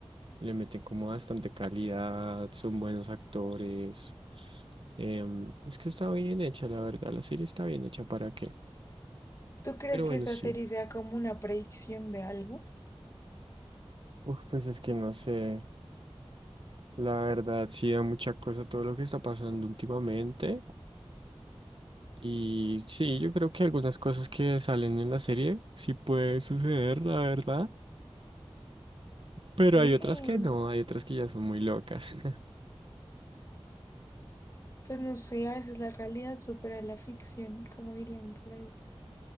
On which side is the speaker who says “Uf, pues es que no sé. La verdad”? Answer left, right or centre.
Right